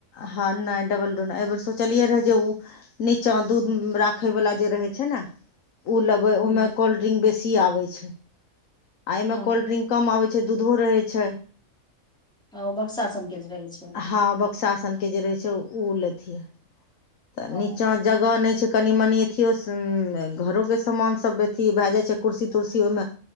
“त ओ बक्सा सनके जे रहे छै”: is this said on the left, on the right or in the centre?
Centre